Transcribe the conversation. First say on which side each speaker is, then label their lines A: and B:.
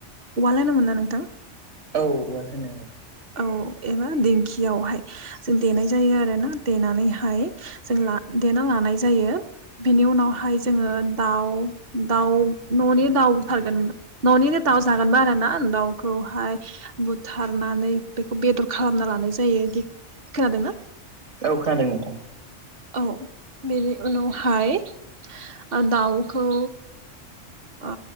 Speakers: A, on the right (about 55°); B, on the right (about 70°).
A: उवाल होनोमोनना नोंथां?
B: औ उवाल होनो।
A: औ एबा दिंखियावहाय। जों देनाय जायो आरोना देनानैहाय जों ला देना लानाय जायो। बेनि उनावहाय जोङो दाउ दाउ न'निनो दाउ बुथारगोन न'निनो दाउ जागोनबा आरो ना दाउखौहाय बुथारनानै बेखौ बेदर खालामना लानाय जायो गि खोनादोंना?
B: औ खोनादों नोंथां।
A: औ बेनि उनावहाय ओ दाउखौ ओ